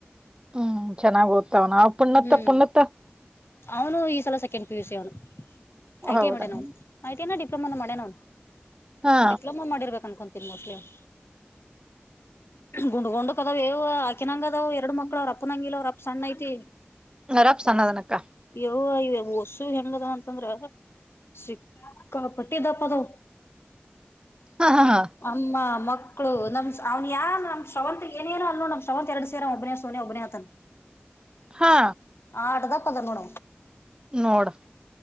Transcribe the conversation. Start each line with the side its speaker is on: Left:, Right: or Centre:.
Right: ಹ್ಮ್ ಚೆನ್ನಾಗ ಓದತವನಾ ಪುಣತ್ತ
Left: ಹ್ಮ್
Right: ಪುಣತ್ತ
Left: ಅವನು ಈ ಸಲ ಸೆಕೆಂಡ್ ಪಿ ಯು ಸಿ ಅವನು ಐ
Right: ಹೌದನ
Left: ಟೀ ಐ ಮಾಡೇ ಅವ ಐ ಮಾಡಿ ಡೀ... ಡಿಪ್ಲೊಮ ಮಾಡ್ಯನ
Right: ಹಾ
Left: ಡಿಪ್ಲೊಮಾ ಮಾಡಿರ್ಬೇಕು ಅನಕೋತಿನಿ ಮೋಸ್ಟ್ಲಿ ಅವನು ಗುಂಡ್ ಗೊಂಡಕ್ ಅದಾವ್ವು ಆಕಿನಂಗ ಅದಾವ ಎರಡು ಮಕ್ಳ ಅವ್ರ ಅಪ್ಪನಂಗ ಇಲ್ಲಾ ಅವ್ರ ಅಪ್ಪ ಸಣ್ಣ ಐತಿ
Right: ಅವರ ಅಪ್ಪ ಸಣ್ಣ ಅದನ ಅಕ್ಕ
Left: ಓ ಇ ಒಸು ಹೆಂಗದ ಅಂತಂದ್ರ ಸಿಕ್ಕ ಪಟ್ಟಿ ದಪ್ಪ ಅದಾವ
Right: ಹಾ ಹಾ ಹಾ
Left: ಅಮ್ಮ ಮಕ್ಕ... ಮಕ್ಕಳುಮ್ನ್ ಯಾ ನಮ್ವಂತತ್ ಏನೇನನು ಅಲ್ಲೋ ನಮ್ವಂತ ಎರಡ್ ಸೇರ ಅವ ಒಬ್ಬನೇ ಸೋನೆ ಒಬ್ಬನೇ ಆತನ್
Right: ಹಾ
Left: ಆಟದಾ ಕೊದಮಡ
Right: ನೋಡ